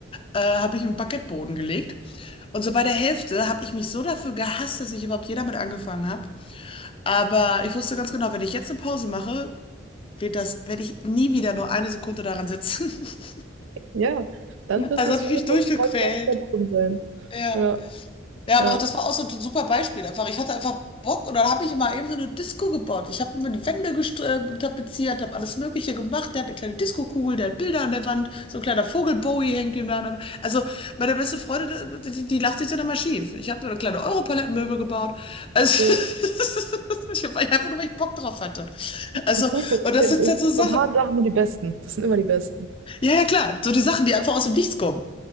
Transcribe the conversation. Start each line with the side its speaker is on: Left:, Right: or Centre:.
Left: äh, habe ich einen Parkettboden gelegt. Und so bei der Hälfte habe ich mich so dafür gehasst, dass ich überhaupt jeder mit angefangen habe. Aber ich wusste ganz genau, wenn ich jetzt eine Pause mache, wird das, werde ich nie wieder nur eine Sekunde daran sitzen. <laughs>
Right: ja, dann wird
Left: Also
Right: das
Left: habe
Right: für
Left: ich mich
Right: emotional
Left: durchgequält.
Right: verloren sein.
Left: Ja.
Right: Ja,
Left: Ja,
Right: ja.
Left: aber auch das war auch so ein super Beispiel. Einfach, ich hatte einfach Bock und dann habe ich mal eben so eine Disco gebaut. Ich habe mir die Wände gest- äh, tapeziert, habe alles Mögliche gemacht. Der hat eine kleine Disco-Kugel, der hat Bilder an der Wand, so ein kleiner Vogel Bowie hängt ihm da. an der- Wand. Also meine beste Freundin, die, die die lacht sich dann immer schief. Ich habe da kleine Europalettenmöbel gebaut. Also
Right: So,
Left: <laughs> ich habe einfach nur, weil ich Bock drauf hatte.
Right: ich
Left: Also,
Right: sag ja,
Left: und das
Right: äh,
Left: sind jetzt so Sachen.
Right: spontan Sachen sind die besten. Das sind immer die besten.
Left: Ja, ja, klar, so die Sachen, die einfach aus dem Nichts kommen.